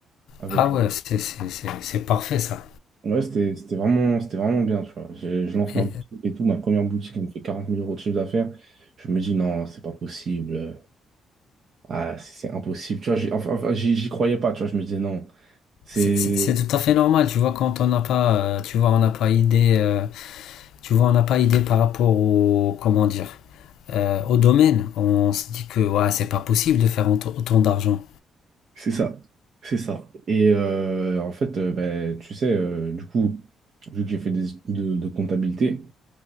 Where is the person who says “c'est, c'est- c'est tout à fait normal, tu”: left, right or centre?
Left